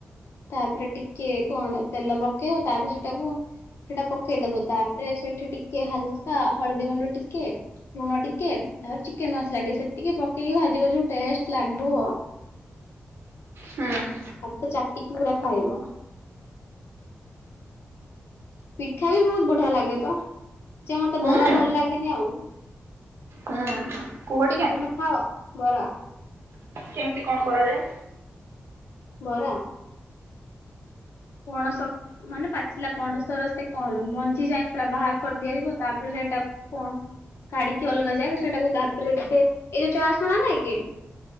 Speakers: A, on the left; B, on the right.
A: ତାପରେ ଟିକେ କଣ ତେଲ ପକ ତାପ ସେଟାକୁ ସେଟା ପକେଇଦବ ତାପରେ ସେଠି ଟିକେ ହାଲୁକା ହଳଦୀ ଗୁଣ୍ଡ ଟିକେ ଲୁଣ ଟିକେ ଆ ଚିକେନ ମସଲା ଟିକେ ସେତିକି ପକେଇକି ଭାଜିବା ଯୋଉ ଟେଷ୍ଟ ଲାଗିବ।
B: ହୁଁ।
A: ହାତ ଚାଟିକି ପୁରା ଖାଇବ। ପିଠା ବି ବହୁତ ବଢିଆ ଲାଗେ ତ ଯେ ମତେ
B: ହୁଁ
A: ବରା ଭଲ ଲାଗେନି ଆଉ।
B: ହୁଁ। କୁହ ଟିକେ
A: ତମେ ଖାଅ ବରା?
B: କେମତି କଣ କରାଯାଏ?
A: ବରା ପଣସ ମାନେ ପାଚିଲା ପଣସ ର ସେ କଣ ମଞ୍ଜି ଯାଇଏ ପୁରା ବାହାର କରିଦିଆଯିବ ତାପରେ ଏଟା କଣ କାଢିକି ଅଲଗା ଜାଗ ସେଟାକୁ ତାପରେ ଏେ ଏଇ ଯୋଉ ଚା ଛଣା ନାଇଁ କି